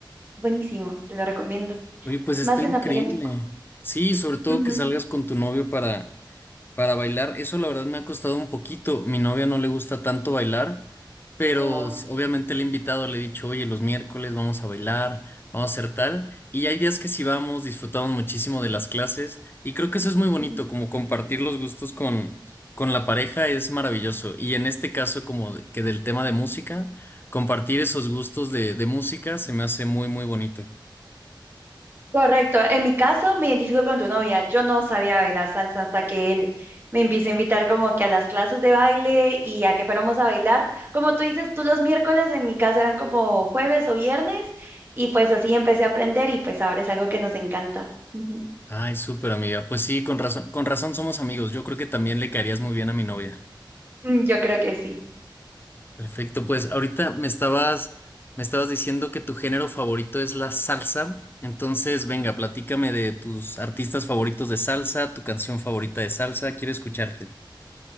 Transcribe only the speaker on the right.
Buenísimo, te lo recomiendo.
Más
en la playa del Tuco.
Ujú.
Oh,
ujú.
Correcto. En mi caso, me identifico con tu novia. Yo no sabía bailar salsa hasta que él me empieza a invitar como que a las clases de baile y a que fuéramos a bailar. Como tú dices, tú los miércoles en mi casa eran como jueves o viernes y pues así empecé a aprender y pues ahora es algo que nos encanta. <laughs> Ujú.
Mm, Yo creo que sí.